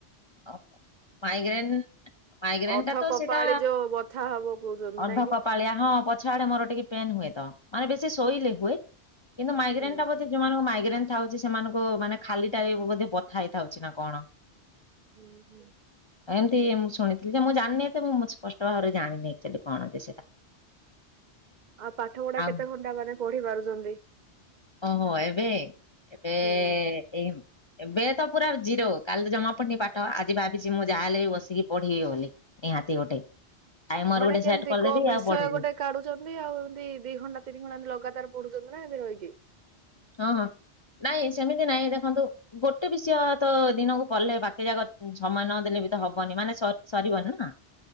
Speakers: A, on the left; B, on the right.
A: ଓ ହ ମାଇଗ୍ରେନ୍ ମାଇଗ୍ରେନ୍
B: ଅର୍ଧ
A: ଟା ତ
B: କପାଳି
A: ସେଟା
B: ଯୋଉ ବଥା ହବ କହୁଛନ୍ତି
A: ଅର୍ଦ୍ଧ
B: ନାଇଁ କି?
A: କପାାଳିଆ ହଁ ପ ଛ ଆଡେ ମୋର ଟିକେ ପେନ୍ ହୁଏ ତ ମାନେ ବେଶୀ ଶୋଇଲେ ହୁଏ କିନ୍ତୁ ମାଇଗ୍ରେନଟା
B: ହୁଁ
A: ବୋଧେ ଯୋଉମାନ ମାଇଗ୍ରେନ୍ ଥାଉଛି ସେମାନଙ୍କୁ ମାନେ ଖାଲି ଟା ବଥା ହେଇଥାଉଛି ନା କଣ।
B: ହୁଁ ହୁଁ
A: ଏମତି ମୁଁ ଶୁଣିଥିଲି ଯେ ମୁଁ ଜାିନି ତ ମୁଁ ସ୍ପଷ୍ଟ ଭାବରେ ଜାଣିନି ଏଚୁଆଲି କଣ ଯେ ସେଇଟା।
B: ଆଉ ପାଠ ପଢା
A: ଆଉ
B: କେତେ ଘଣ୍ଟା ମାନେ ପଢି ପାରୁଛନ୍ତି?
A: ଓହୋ ଏବେ ଏବେ
B: ହୁଁ।
A: ଏଇ। ଏବେ ତ ପୁରା ଜିରୋ କାଲି ତ ଜମା ପଡିନି ପାଠ ଆଜି ଭାବିଛି ମୁଁ ଯାହା ହେଲେ ବି ବସିକି ପଢେଇି ବୋଲିଲି। ନିହାତି ଗୋଟେ ଟାଇମର
B: ମାନେ
A: ଗୋଟେ
B: କେମିତି
A: ସେଟ୍ କରିଦେବି
B: କୋଉ ବିଷୟ
A: ଆଉ ପଢ଼ିବି।
B: ଗୋଟେ କାଢୁଛନ୍ତି ଆଉ ଏମିତି ଦି ଘଣ୍ଟା ତିନି ଘଣ୍ଟା ଏମତି ଲଗାତାର ପଢୁଛନ୍ତି ନା ଏମତି ରହିକି।
A: ହଁ ହଁ ନାଇଁ ସେମିତି ନାଇଁ ଦେଖନ୍ତୁ। ଗୋଟେ ବିଷୟ ତ ଦିନକୁ ପଡଲେ ବାକି ଯାକ ସମୟ ନଦେଲେ ବି ତ ହବନି ମାନେ ସ ସରିବନି ନା।